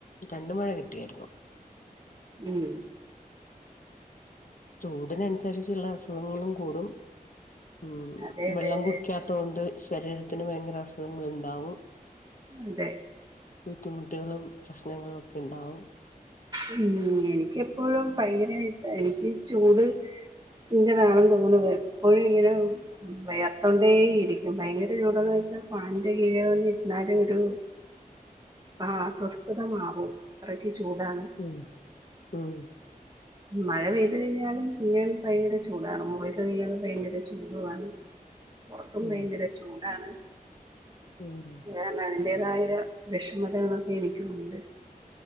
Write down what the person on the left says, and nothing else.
രണ്ട് മഴ കിട്ടിയായിരുന്നു.
ചൂടിനനുസരിച്ചുള്ള അസുഖങ്ങളും കൂടും. ഉം
വെള്ളം
കുടിക്കാത്ത തോണ്ട് ശരീരത്തിന് ഭയങ്കര അസുഖങ്ങൾ ഉണ്ടാവും.
ബുദ്ധിമുട്ടുകളും പ്രശ്നങ്ങളും ഒക്കെയുണ്ടാക്കും.
അങ്ങനെയാണ്
ഉം ഉം
<unintelligible>
ഉം
ഉം